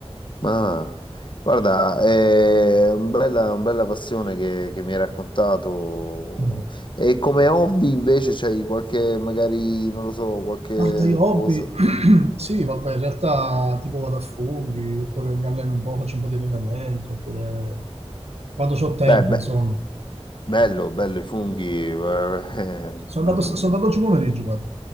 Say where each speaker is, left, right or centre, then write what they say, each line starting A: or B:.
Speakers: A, on the left; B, on the right.
A: ma guarda, è un bella- una bella, passione che, che mi hai raccontato.
B: Mm.
A: E come hobby invece c'hai qualche, magari, non lo so, qualche
B: Guarda, io hobby,
A: cosa?
B: <clears throat> sì, vabbè, in realtà tipo vado a funghi, oppure mi alleno un po', faccio un po' di allenamento, oppure quando ho tempo,
A: Beh, beh,
B: insomma.
A: bello, bello i funghi. eh,
B: Sono
A: <laughs> mm.
B: andato, sono andato oggi pomeriggio, guarda.